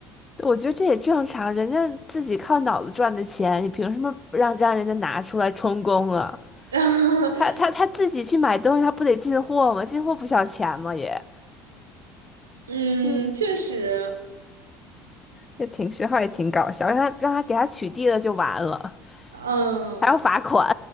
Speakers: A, on the left; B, on the right.
A: 对我觉得这也正常，人家自己靠脑子赚的钱，你凭什么不让让人家拿出来充公啊？
B: <laughs>
A: 他他他自己去买东西，他不得进货吗？进货不需要钱吗？也，
B: 嗯，
A: 嗯，
B: 确实，
A: 也挺徐号也挺搞笑，让他让他给他取缔了就完了，
B: 嗯，
A: 还要罚款。